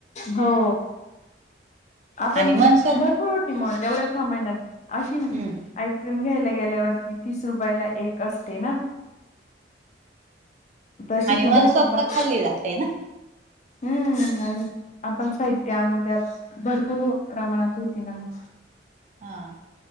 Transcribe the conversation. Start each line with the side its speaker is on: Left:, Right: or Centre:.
Left: हो. आपण
Right: आणि मनसोक्त
Left: भरपूर होती मग तेवढ्या सामना अशी.
Right: हं.
Left: आईस्क्रीम घ्यायला गेल्यावर तीस रुपयाला एक असते ना. तशी
Right: आणि
Left: दुधाची
Right: मनसोक्त
Left: पण.
Right: खाल्ली जाते ना.
Left: हम्म आप पण साइत आणन त्यापासून. बरतोर प्रमाणात होती न मग.
Right: हा